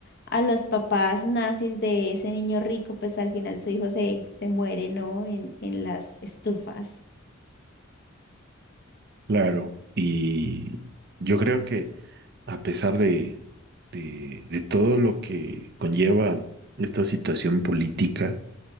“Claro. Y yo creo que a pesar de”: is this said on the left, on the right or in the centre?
Right